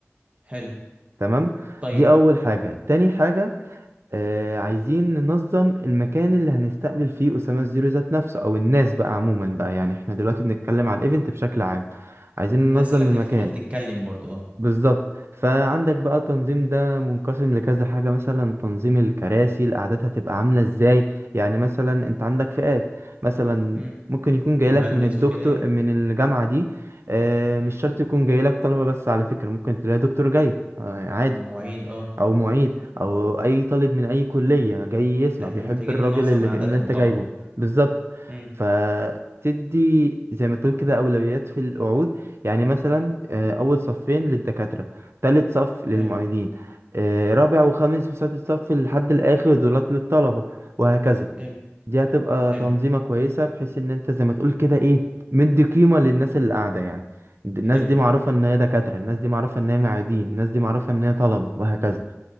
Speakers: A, on the right; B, on the right.
A: حلو
B: تمام
A: طيب
B: دي أول حاجة تاني حاجة آه عايزين ننظم المكان اللي هنستقبل فيه أسامة الزيرو ذات نفسه أو الناس بقى عموما بقى يعني احنا دلوقتي بنتكلم على الإيفنت بشكل عام عايزين
A: الناس
B: ننظم
A: اللي هتدخل
B: المكان
A: تتكلم برضو اه
B: بالظبط فعندك بقى تنظيم ده منقسم لكذا حاجة مثلا تنظيم الكراسي الأعداد هتبقى عاملة ازاي يعني مثلا انت عندك فئات مثلا
A: مم.
B: ممكن يكون
A: مهندس
B: جايلك من الدكتور
A: وكده يعني
B: من الجامعة دي آه
A: مم.
B: مش شرط يكون جايلك طلبة بس على فكرة ممكن تلاقي دكتور جاي آه عادي
A: او معيد اه
B: او معيد او اي طالب من اي كلية جاي يسمع
A: احنا
B: بيحب
A: محتاجين
B: الراجل
A: ننظم
B: اللي,
A: قعداتهم
B: ج- اللي انت
A: طبعا
B: جايبه بالظبط
A: مم.
B: فتدي زي ما تقول كده اولويات في القعود يعني مثلا آه، اول صفين للدكاترة تالت صف للمعيدين
A: حلو
B: آه، رابع وخامس وسادس صف لحد الاخر دولات للطلبة وهكذا
A: حلو
B: دي هتبقى
A: حلو
B: تنظيمة كويسة بحيث ان انت زي ما تقول كده ايه مدي قيمة للناس اللي قاعدة يعني الناس
A: حلو
B: دي معروفة ان هي دكاترة الناس دي معروفة ان هي معيدين الناس دي معروفة ان هي طلبة وهكذا